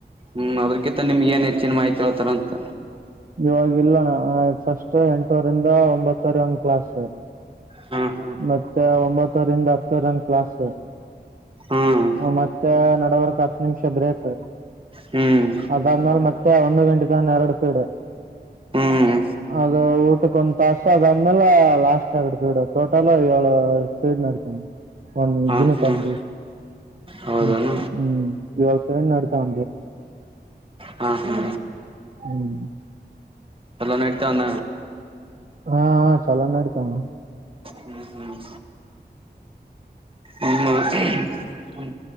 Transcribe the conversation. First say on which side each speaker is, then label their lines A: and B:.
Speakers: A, on the right; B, on the right.
A: ಹ್ಮ್ ಅದ್ರಕಿಂತ ನಿಮ್ ಏನ್ ಹೆಚ್ಚಿನ ಮಾಹಿತಿ ಹೇಳ್ತಾರ ಅಂತ
B: ಇವವಾಗಿಲ್ಲ ನ ಫಸ್ಟ್ ಎಂಟೂರಿಂದ ಒಂಬತ್ತವರೆ ಒಂದ್ ಕ್ಲಾಸ್ ಹಾ
A: ಹಾ ಹಾ
B: ಮತ್ತೆ ಒಂಬತ್ತೂರಿಂದ ಹತ್ತುರನ್ ಕ್ಲಾಸ್
A: ಹ್ಮ್
B: ಮತ್ತೆ ನಡವರ್ಕ್ ಹತ್ತು ನಿಮಿಷ ಬ್ರೇಕ್
A: ಹ್ಮ್
B: ಅದಾದ್ಮೇಾಲ ಮತ್ತೆ ಒಂದು ಗಂಟೆಿದ ಎರಡು ಫೀಡ್
A: ಹ್ಮ್
B: ಅದು ಊಟಕ್ಕ ಒಂದ್ ತಾಸ ಅದಂದ ಲಾಸ್ ಆರ್ ಬಡ ತೋಟಾಲ ಇವಳ ಸೇಡ್ ನಡತಾವ ಒಂದ
A: ಹಾ
B: ದಿನಕ್ಕೆ
A: ಹ್ಮ್
B: ಒಂದು
A: ಹೌದಾನ
B: ಹ್ಮ್ ಸೇಡ್ ನಡತಾವ
A: ಹಾ ಹಾ
B: ಹ್ಮ್
A: ಎಲ್ಲ ನಡ್ತಾನ
B: ಹಾ ಚಲ ನ ಅಡ್ತಾವು
A: ಹ್ಮ್ ಹ್ಮ್ ಹ್ಮ